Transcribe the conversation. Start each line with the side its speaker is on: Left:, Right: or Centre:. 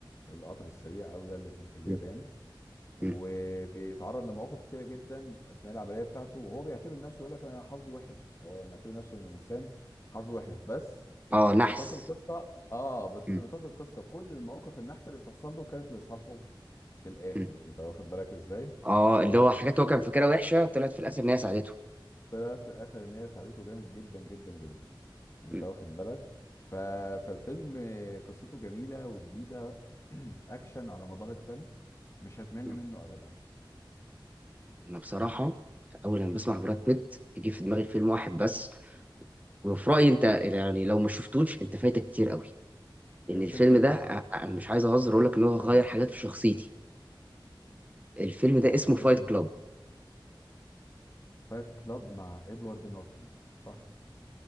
Left: القطر السريع قوي ده اللي في في اليابان
Right: مم،
Left: وبيتعرض
Right: مم.
Left: لمواقف كتيره جدا اثناء العمليه بتاعته وهو بيعتبر نفسه يقول لك انا حظي وحش هو معتبر نفسه ان الانسان حظه وحش بس
Right: اه نحس
Left: في نطاق القصه اه بس
Right: مم،
Left: في نطاق القصه كل المواقف النحسه اللي بتحصل له كانت لصالحه في الاخر
Right: مم.
Left: انت واخد بالك ازاي
Right: اه
Left: وكميه
Right: اللي هو حاجات هو كان فاكرها وحشه طلعت في الاخر ان هي ساعدته
Left: طلعت في الاخر ان هي ساعدته جامد جدا جدا جدا انت
Right: مم،
Left: واخد بالك ف... فالفيلم قصته جميله وجديده <clears throat> اكشن على مدار الفيلم مش هتمل
Right: مم.
Left: منه ابدا
Right: انا بصراحه اول لما بسمع براد بيت يجي في دماغي فيلم واحد بس وفي رأيي انت يعني لو ما شفتوش انت فايتك كتير قوي لان
Left: الفيلم
Right: الفيلم
Left: ايه
Right: ده ا- انا مش عايز اهزر اقول لك ان هو غير حاجات في شخصيتي الفيلم ده
Left: اه
Right: اسمه
Left: اسمه
Right: فايت
Left: ايه
Right: كلاب
Left: فايت كلاب مع ادوارد نورتون صح